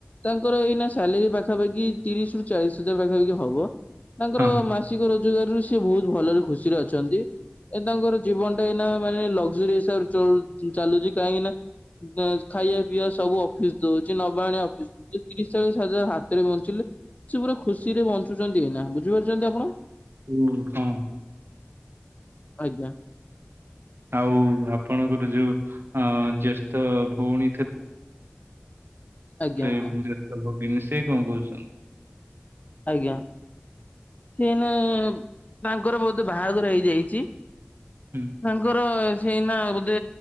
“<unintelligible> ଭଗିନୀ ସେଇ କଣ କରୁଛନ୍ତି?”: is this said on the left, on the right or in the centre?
Right